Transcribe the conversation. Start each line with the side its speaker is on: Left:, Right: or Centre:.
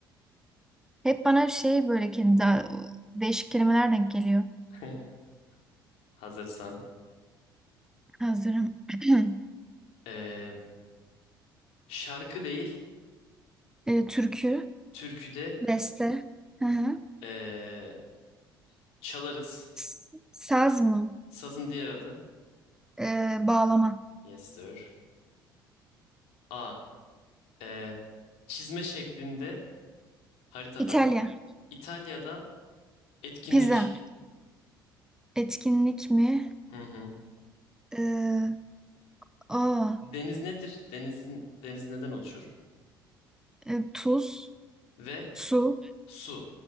Centre: Hep bana şey böyle kendi değişik kelimeler denk geliyor.
Left: <laughs> Hazırsan.
Centre: Hazırım. <clears throat>
Left: Ee, şarkı değil,
Centre: Ee, türkü,
Left: türkü de
Centre: beste, hı hı.
Left: ee, çalarız.
Centre: S- Saz mı?
Left: Sazın diğer adı.
Centre: Ee, bağlama.
Left: Yes sir. A. ee, çizme şeklinde haritada.
Centre: İtalya,
Left: İtalya'da etkinlik.
Centre: pizza, etkinlik mi?
Left: Hı hı.
Centre: Ee, aa,
Left: Deniz nedir? Denizin, deniz neden oluşur?
Centre: e, tuz,
Left: Ve
Centre: su.
Left: Su.